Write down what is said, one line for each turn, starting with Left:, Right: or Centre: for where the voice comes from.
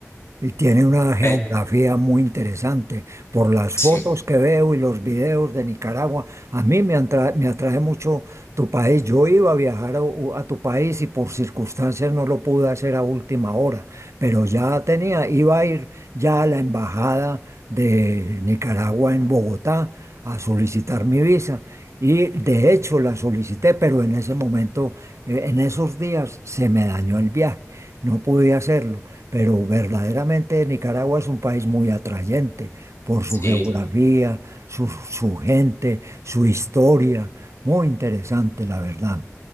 Right: Y tiene una geografía
Left: Pe-
Right: muy interesante. Por las
Left: Sí,
Right: fotos que veo y los videos de Nicaragua, a mí me atra- me atrae mucho tu país. Yo iba a viajar a, u- a tu país y por circunstancias no lo pude hacer a última hora, pero ya tenía, iba a ir ya a la embajada de Nicaragua en Bogotá a solicitar mi visa. Y de hecho la solicité, pero en ese momento, eh, en esos días, se me dañó el viaje. No pude hacerlo, pero verdaderamente Nicaragua es un país muy atrayente por su
Left: sí.
Right: geografía, su, su gente, su historia. Muy interesante, la verdad.